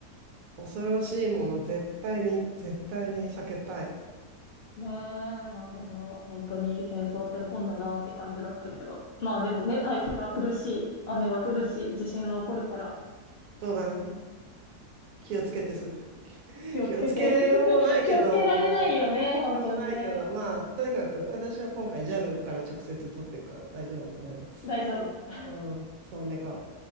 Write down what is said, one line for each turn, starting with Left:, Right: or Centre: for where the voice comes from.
Right: 恐ろしいもの、絶対に、絶対に避けたい。
Left: ねえ、まあでも本当に戦争って起こんだなって感じだったけど。まあでもね、台風は来るし、雨は降るし、地震は起こるから、
Right: そうだね。気をつけてす。<laughs>
Left: 気をつけて。
Right: 気をつけようもないけど、
Left: <laughs> 気をつけられないよね、本当にね。
Right: でもないけど、まあ、とにかく、私は今回 JAL から直接取ってるから大丈夫だと思います。
Left: 大丈夫。
Right: うん、そう願う。